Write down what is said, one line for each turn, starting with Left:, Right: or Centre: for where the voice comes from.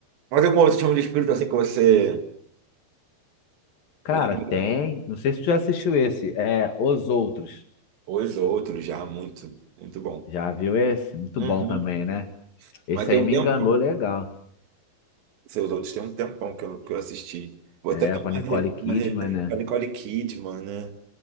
Right: Mas algum outro filme de espírito, assim, que você
Left: Cara,
Right: lembra?
Left: tem. Não sei se tu já assistiu esse. É, Os Outros.
Right: Os outros já, muito, muito bom.
Left: Já viu esse? Muito
Right: Uhum.
Left: bom também, né? Esse
Right: Mas tem
Left: aí
Right: um
Left: me
Right: tempo,
Left: enganou legal.
Right: seus outros tem um tempão que eu, que eu assisti. Vou até
Left: É,
Right: dar
Left: com a
Right: uma,
Left: Nicole
Right: re-
Left: Kidman,
Right: uma re-
Left: né?
Right: com a Nicole Kidman, né?